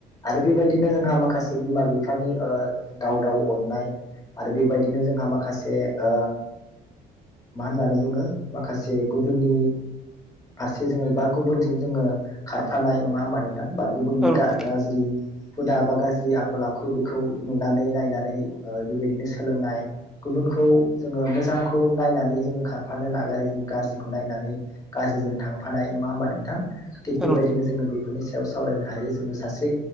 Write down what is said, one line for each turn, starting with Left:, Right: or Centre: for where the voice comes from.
Left: आरो बेबायदिनो जोंहा माखासे बिमा बिफानि ओ दावदाव अननाय आरो बेबायदिनो जोंहा माखासे ओ मा होननानै बुङो माखासे गुबुननि फारसे जोङो बा गुबुनजों जोङो खारफानाय नङा होमबा नों थां बा गुननि
Centre: औ नोंथां
Left: गा-गाज्रि हुदा बा गाज्रि आखल आखु बेखौ नुनानै नायनानै बेबायदिनो सोलोंनाय गुबुनखौ जोङो मोजांखौ नायनानै जोङो खारफानो नागारो जोङो गाज्रिखौ नायनानै गाज्रिजों थांफानाय नङा होनबा नोंथां?
Centre: औ
Left: थिग बेबायदिनो
Centre: नोंथां
Left: जोङो बेफोरनि सा सावरायनो हायो जोङो सासे